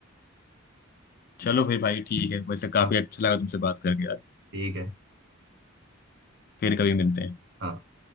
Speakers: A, on the left; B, on the right.
A: चलो फिर भाई ठीक है वैसे
B: हाँ
A: काफी अच्छा लगा तुमसे बात करके यार
B: ठीक है
A: फिर कभी मिलते हैं
B: हाँ